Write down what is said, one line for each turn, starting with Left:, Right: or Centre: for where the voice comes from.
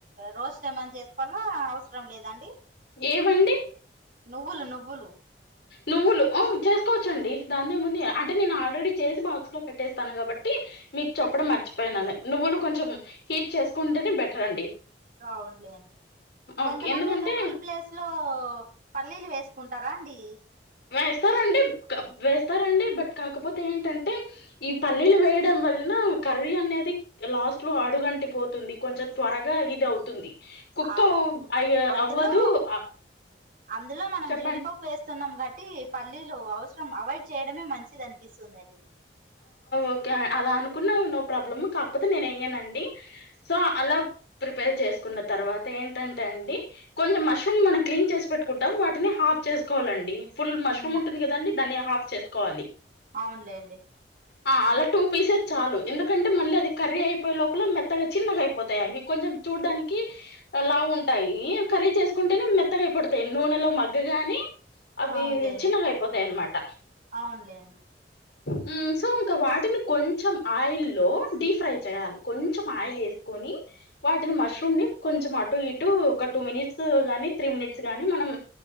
Right: రోస్ట్ ఏమని చేసుకో ఆ అవసరం లేదండి
Left: ఏవండి
Right: నువ్వులు నువ్వులు
Left: నువ్వులు ఉం చేసుకోవచ్చండి దాన్నీ ముందు అంటే నేను ఆల్రెడీ చేసి బాక్స్ కట్టేస్తాను కాబట్టి మీకు చప్పడం మర్చిపోయినాను నువ్వులు కొంచెం హీట్ చేసుకుంటేనే బెటర్ అండి
Right: బావుంలే అండి కొంతమంది
Left: ఓకే ఎందుకంటే
Right: నువ్వుల ప్లేస్ లో పల్లీలు వేసుకుంట తరాండి
Left: వేస్తారండి వేస్తారండి బట్ కాకపోతే ఏంటంటే ఈ పల్లీలు వేయడం వలన కర్రీ అనేది లాస్ట్ లో అడుగంటి పోతుంది కొంచెం త్వరగా ఇది అవుతుంది కుక్
Right: అవును
Left: అయ్య
Right: అందులో
Left: అవ్వదు. ఆహ్,
Right: అందులో మనం
Left: చెప్పండి.
Right: జీడిపప్పు వేస్తున్నాం బట్ టి పల్లీలు అవసరం అవాయిడ్ చేయడమే మంచిది అనిపిస్తుందండి
Left: ఓకే అలా అనుకున్న నో ప్రాబ్లం కాకపోతే నేను వెయ్యానుండి సో అలా ప్రిపేర్ చేసుకున్న తర్వాత ఏంటంటే అండి కొంచెం మష్రూమ్ మనం క్లీన్ చేసి పెట్టుకుంటాం వాటిని హాఫ్ చేసుకోవాలండి ఫుల్ మష్రూమ్
Right: ఉమ్
Left: ఉంటుంది కదండి ధని హాఫ్ చేసుకోవాలి
Right: అవునులేండి
Left: ఆ అలా టూ పీసెస్ చాలు ఎందుకంటే మళ్ళీ అది కర్రీ అయిపోయే లోపల మెత్తగా చిన్నగా అయిపోతాయి అవి కొంచెం చూడడానికి లావు ఉంటాయి ఇవి కర్రి చేసుకుంటెనే మే మెత్తగా ఇప్పుడు తై నూనె లో మగ్గగానే అవి
Right: అవునులేండి
Left: చిన్నగయిపోతాయి అన్నమాట
Right: అవునులేండి
Left: ఉం సో ఇంకా వాటిని కొంచెం ఆయిల్లో డీప్ ఫ్రై చేయాలి కొంచెం ఆయిల్ వేసుకొని వాటిని మష్రూమ్ ని కొంచెం అటు ఇటు ఒక టూ మినిట్స్ గాని త్రీ మినిట్స్ గాని మనం